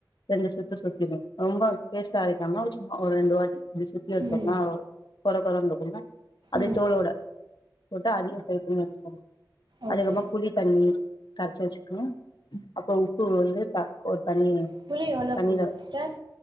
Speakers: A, on the left; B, on the right.
A: ரெண்டு சுத்து சுத்தினு ரொம்ப பேஸ்ட்டா அரைக்காம சும்மா ஒரு ரெண்டு வாட் இப்டி சுத்தி எடுத்தோனா
B: ம்
A: கொர கொரன் இருக்கும்ல அப்டியே
B: ம்
A: ஜோளோட போட்டு அதயு ஃப்ரை பண்ணி வச்சிகோங்க
B: ஓகே
A: அதுக்கப்புறோ புளி தண்ணி கரச்சு வச்சுகனு அப்பற உப்பு வந்து ஒரு தண்ணி
B: புள்ளி எவ்ளோ
A: தண்ணில
B: போண்ணு சிஸ்டர்